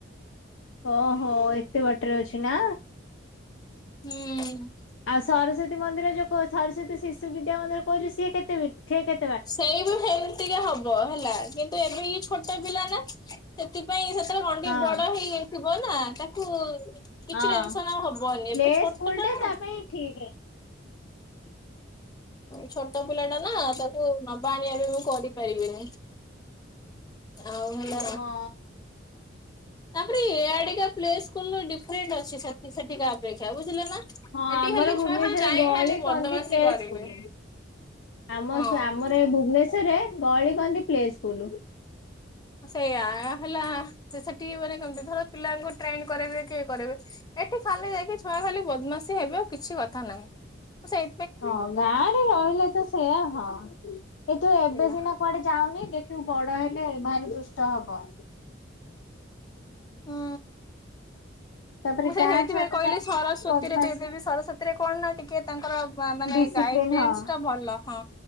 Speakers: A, on the left; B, on the left.
A: ଓହୋ ଏତେ ବାଟରେ ଅଛି ନା।
B: ହୁଁ
A: ଆଉ ସରସ୍ଵତୀ ମନ୍ଦିର ଯୋଉ କ ସରସ୍ଵତୀ ଶିଶୁ ବିଦ୍ୟା ମନ୍ଦିର କହୁଛୁ ସିଏ କେତେ ବି ସେ କେ।
B: ସେଇ ବି ସେମତିକା ହବ ହେଲା କିନ୍ତୁ ଏବେ ଇଏ ଛୋଟ ପିଲା ନା। ସେଥିପାଇଁ ସେତେବେଳେ କଣ ଟିକ୍‌
A: ହଁ
B: ବଡ ହେଇଯାଇଥିବ ନା ତାକୁ କିଛି
A: ହଁ
B: ଟା ଟେନସନ ଆଉ ହବନି
A: ପ୍ଲେ
B: ଏବେ ଛୋଟ
A: ସ୍କୁଲ
B: ଟା ନା।
A: ତା ପାଇଁ ଠିକ ରେ
B: ଛୋଟ ପିଲା ଟା ନା ତାକୁ ନବା ଆଣିବା ପାଇଁ ମୁଁ କରି ବିନି ଆଉ ହେଲା।
A: ହଁ
B: ତାପରେ ଏଆଡିକା ପ୍ଲେ ସ୍କୁଲ ଡିରେଣ୍ଟ ଅ ସେଠିକା ଅପେକ୍ଷା ବୁଝିଲେ ନା।
A: ହଁ
B: ଏଠି
A: ଆମର
B: ଖାଲି
A: ଭୁବନେଶ୍ୱରରେ
B: ଛୁଆ ଖାଲି ଯାଇ
A: ଗଳି
B: ଖାଲି ବଦମାସି
A: କନ୍ଦି ପ୍ଲେ
B: କରିବେ
A: ସ୍କୁଲ। ଆମ
B: ହଁ।
A: ଆମର ଏଇ ଭୁବନେଶ୍ଵରରେ ଗଳି କନ୍ଦି ପ୍ଲେ ସ୍କୁଲ।
B: ସେଇୟା ହେଲା ସେ ସେଠି ମାନେ କେମତି ଧର ପିଲାଙ୍କୁ ଟ୍ରେନ୍ କରାଇବକି ଇଏ କରାଇବେ। ଏଠି ଖାଲି ଯାଇକି ଛୁଆ ଖାଲି ବଦମାସିୀ ହେବ ଆଉ କିଛି କଥା ନାହିଁ ସେଇ।
A: ହଁ ଗାଁ ରେ ରହିଲେ ତ ସେୟା ହଁ ଏ ତୁ ଏବେ
B: ହେଲା
A: ସିନା କୁଆଡେ ଯାଉନି ଦେଖିବୁ ବଡ ହେଲେ ଭାରି ଦୁଷ୍ଟ ହବ।
B: ହୁଁ।
A: ତାପରେ
B: ମୁଁ ସେଇଥିପାଇଁ
A: ଗାଁ ଛୁଆ ତ
B: କହିଲି
A: ଜାଣିଥିବୁ
B: ସରସ୍ୱତୀରେ
A: ବଦମାସି।
B: ଦେଇଦେବି ସରସ୍ୱତୀ ରେ କଣ ନା ଟିକେ ତାଙ୍କର ମାନେ
A: ଡିସିପ୍ଲିନ
B: ଗାଇଡେନ୍ସ
A: ହଁ।
B: ଟା ଭଲ ହଁ